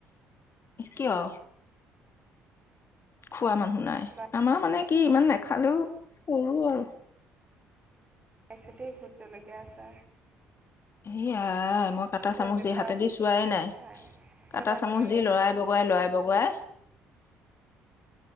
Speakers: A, on the left; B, on the right.
A: কিয়? খোৱা মানুহ নাই,
B: বা
A: আমাৰ মানে। কি ইমান নাখালেও সৰু আৰু।
B: পছতেই ভোত জলকীয়া আছাৰ।
A: স আ মই কাটা
B: কৰিবলৈ
A: চামুচ দি
B: খোৱা
A: হাতেদি চোৱাই নাই
B: হয়
A: কাটা
B: এই বাগৰি
A: চামুচ দি লৰাই বগৰাই লৰাই বগাই।